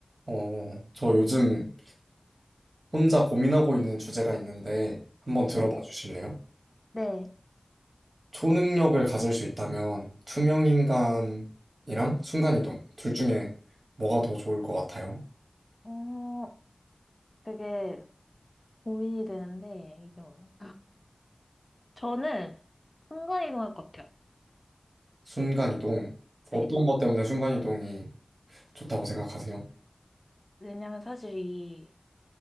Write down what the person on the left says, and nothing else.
네,
네,
어, 되게 고민이 되는데, 이게 뭐. 저는 순간이동 할 것 같아요.
네.
왜냐면 사실 이,